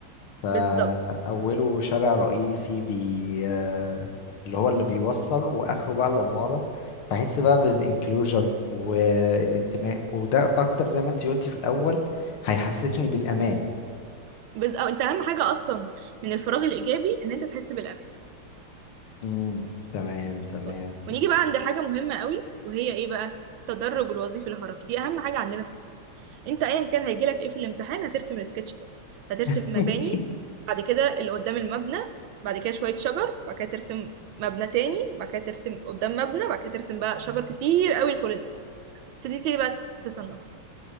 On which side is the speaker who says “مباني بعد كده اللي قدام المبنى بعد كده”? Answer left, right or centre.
Right